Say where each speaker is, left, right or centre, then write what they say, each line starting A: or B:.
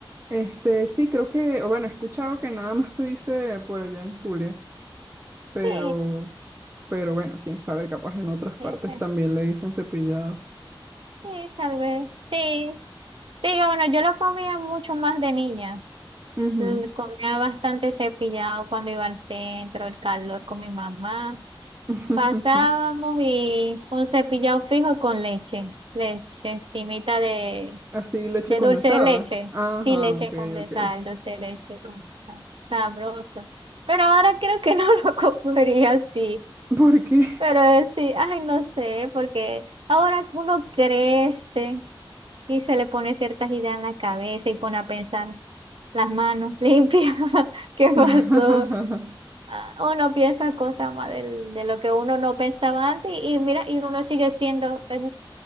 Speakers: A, on the right; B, on the right.
A: Este, sí, creo que, o bueno, he escuchado que nada más se dice por allá en Zulia, pero,
B: Sí,
A: pero bueno, quién sabe, capaz en otras
B: eh,
A: partes
B: eh,
A: también le dicen cepillado.
B: sí, tal vez, sí, sí, yo, bueno, yo lo comía mucho más de niña.
A: Ujú.
B: L- Comía bastante cepillado cuando iba al centro, el calor con mi mamá.
A: <laughs>
B: Pasábamos y un cepillado fijo con leche, leche encimita de,
A: Así, leche
B: de
A: condensada.
B: dulce de leche.
A: Ajá,
B: Sí, leche
A: ok,
B: condensada,
A: ok.
B: dulce de leche condensada. Sabroso. Pero ahora creo que no <laughs> lo comería así.
A: ¿Por qué?
B: Pero sí, ay, no sé, porque ahora uno crece. Y se le pone ciertas ideas en la cabeza y pone a pensar las manos limpias, <laughs> ¿qué pasó?
A: <laughs>
B: Ah, Uno piensa cosas más del- de, lo que uno no pensaba antes y mira, y uno sigue siendo, eh,